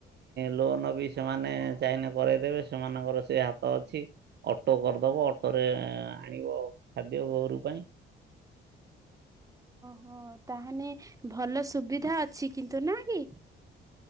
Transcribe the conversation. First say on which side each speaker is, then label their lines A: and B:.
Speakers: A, on the right (about 60°); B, on the right (about 15°).
A: ଲୋନ ବି ସେମାନେ ଚାହିଁଲେ କରେଇଦେବେ, ସେମାନଙ୍କର ସେ ହା ତ ଅଛି, ଅଟୋ କରିଦବ ଅଟୋରେ ଆଣିବ ଖାଦ୍ୟ ଗୋରୁ ପାଇଁ।
B: ହଁ <unintelligible> ଭଲ ସୁବିଧା ଅଛି କିନ୍ତୁ ନାଁ କି?